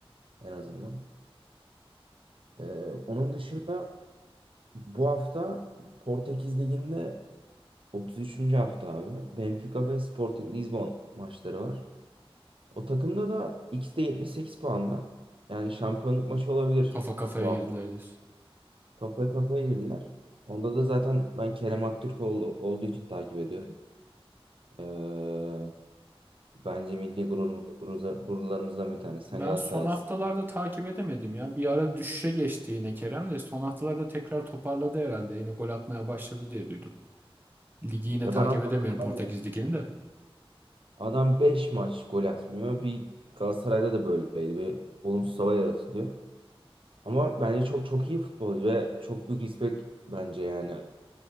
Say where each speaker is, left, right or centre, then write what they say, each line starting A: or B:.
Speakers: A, on the right (about 60°); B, on the right (about 20°).
A: en azından. Ee, onun dışında bu hafta Portekiz Ligi'nde 33. hafta abi. Benfica ve Sporting Lisbon maçları var. O takımda da ikisi de 78 puanda. Yani şampiyonluk maçı olabilir
B: Kafa kafaya
A: bu hafta.
B: girdiler diyorsun.
A: Kafaya kafaya girdiler. Onda da zaten ben Kerem Aktürkoğlu olduğu için takip ediyorum. Ee, bence milli gururumuz, gururlarımızdan bir tanesi. Sen
B: Ben
A: Galatasaraylısın.
B: son haftalarda takip edemedim ya. Bir ara düşüşe geçti yine Kerem de son haftalarda tekrar toparladı herhalde. Yine gol atmaya başladı diye duydum. Ligi yine
A: Ya
B: takip
A: ben anlamadım.
B: edemiyorum Portekiz Ligi'ni de.
A: Adam 5 maç gol atmıyor. Bir Galatasaray'da da böyleydi. Bir olumsuz hava yaratılıyor. Ama bence çok çok iyi futbolcu ve çok büyük respect bence yani.